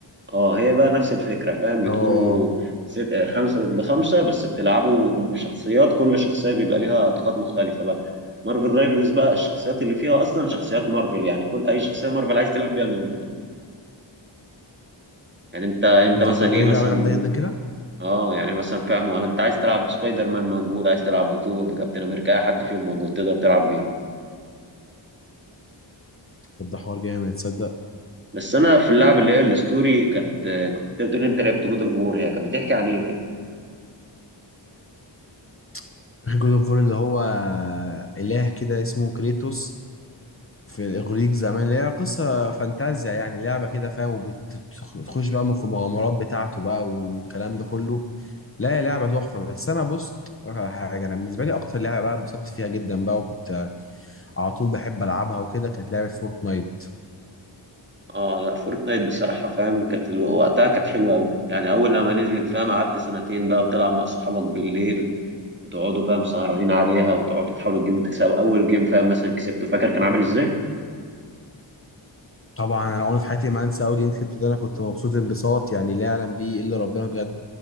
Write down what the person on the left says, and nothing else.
اه اه
ده ده الراجل
لعبه جامده جدا كده
طب ده حوار جامد تصدق
<laughs> فاكر جود اوف وور اللي هو اله كده اسمه كريتوس في الاغريق زمان اللي هي قصه فانتازيا يعني لعبه كده فاهم وبتخش بقى في المغامرات بتاعته بقى والكلام ده كله لا هي لعبه تحفه بس انا بص أقولك على حاجه انا بالنسبه لي اكتر لعبه بقى اتبسطت فيها جدا بقى وكنت على طول بحب العبها وكده كانت لعبه فورتنايت
طبعا انا عمري في حياتي ما انسى اول جيم كسبته ده انا كنت مبسوط انبساط يعني لا يعلم بيه الا ربنا بجد